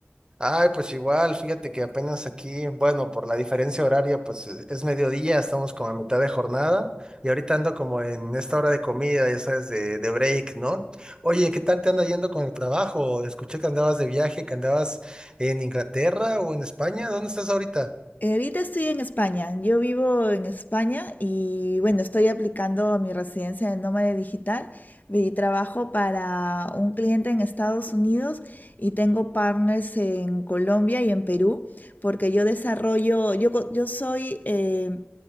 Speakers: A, on the right; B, on the left.
A: Ay, pues igual, fíjate que apenas aquí, bueno, por la diferencia horaria, pues es es mediodía, estamos como a mitad de jornada y ahorita ando como en esta hora de comida, ya sabes, de, de break, ¿no? Oye, ¿qué tal te anda yendo con el trabajo? Escuché que andabas de viaje, que andabas en Inglaterra o en España. ¿Dónde estás ahorita?
B: Eh, Ahorita estoy en España. Yo vivo en España y bueno, estoy aplicando mi residencia de nómada digital y trabajo para un cliente en Estados Unidos y tengo partners en Colombia y en Perú porque yo desarrollo, yo, co- yo soy... eh,